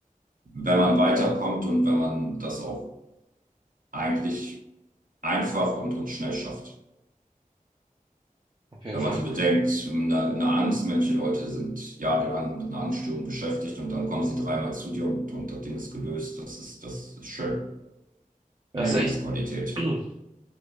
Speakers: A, on the right; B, on the right.
A: wenn man weiterkommt und wenn man das auch eigentlich einfach und, und schnell schafft.
B: auf jeden
A: Wenn
B: Fall.
A: man so bedenkt, eine, eine Angst, manche Leute sind jahrelang mit einer Angststörung beschäftigt und dann kommen sie dreimal zu dir und, und das Ding ist gelöst. Das ist, das ist schön.
B: Das
A: Mehr Lebensqualität.
B: ist echt. <clears throat>